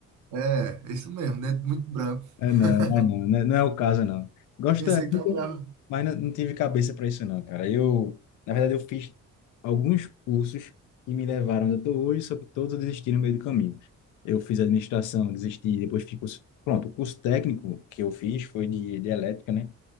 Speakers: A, on the right; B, on the left.
A: É, isso mesmo, né? Muito branco.
B: É,
A: <laughs>
B: não, é, não, né? não é o caso, não. Gostaria,
A: Pensei que trabalhava.
B: mas não, não tive cabeça para isso, não, cara. Eu, na verdade, eu fiz alguns cursos que me levaram onde eu tô hoje, só que todos eu desisti no meio do caminho. Eu fiz administração, desisti, depois fiz curso... Pronto, o curso técnico que eu fiz foi de, de elétrica, né?